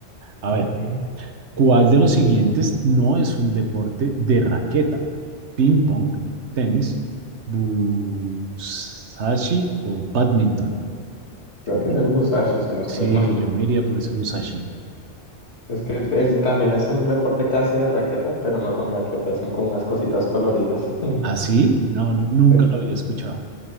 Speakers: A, on the right; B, on the left.
A: A
B: Ujú.
A: ver, ¿cuál de los siguientes no es un deporte de raqueta? ¿Ping pong, tenis, busashi o badminton? Yo,
B: Creo que es el Busashi, si no estoy
A: sí,
B: mal.
A: yo me iría por ese busashi.
B: Es que es- también es un deporte casi de raqueta, pero no son raquetas, son como unas cositas coloridas. <laughs>
A: ¿Ah, sí? No, no, nunca
B: Sí.
A: lo había escuchado.